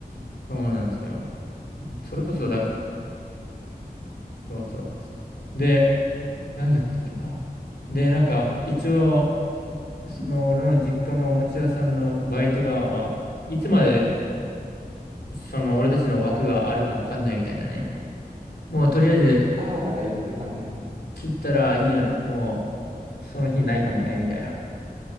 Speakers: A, on the left; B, on the right.
A: そうなんですよ。それこそだ、そうそう。で、なんだったっけな。で、なんか、一応、その、俺の実家のおもちゃ屋さんのバイトが、まあ、いつまでその俺たちの枠があるかわかんないみたいなね。もうとりあえず
B: ああー、なんか言ってたね。
A: 切ったらいいよね。もうその日ないかもね、みたいな